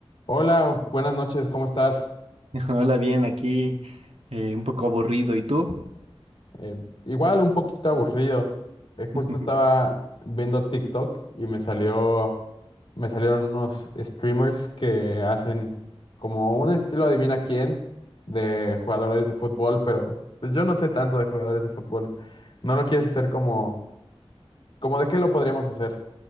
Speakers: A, on the left; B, on the right.
A: Hola, buenas noches, ¿cómo estás?
B: Hola, bien, aquí eh, un poco aburrido. ¿Y tú?
A: Eh, igual un poquito aburrido. Eh, justo
B: <laughs>
A: estaba viendo TikTok y me salió, me salieron unos streamers que hacen como un estilo adivina quién de jugadores de fútbol, pero pues, yo no sé tanto de jugadores de fútbol. ¿No lo quieres hacer como, como de qué lo podríamos hacer?